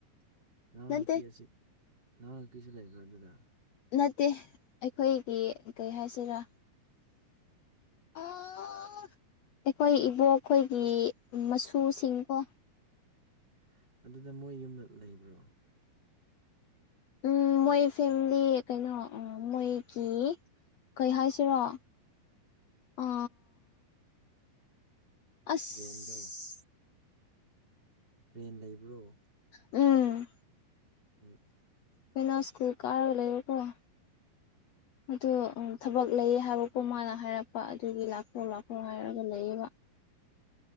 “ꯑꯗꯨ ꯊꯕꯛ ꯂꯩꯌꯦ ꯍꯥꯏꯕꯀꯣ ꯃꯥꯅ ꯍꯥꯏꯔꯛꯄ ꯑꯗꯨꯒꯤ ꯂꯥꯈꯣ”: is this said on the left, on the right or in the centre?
Left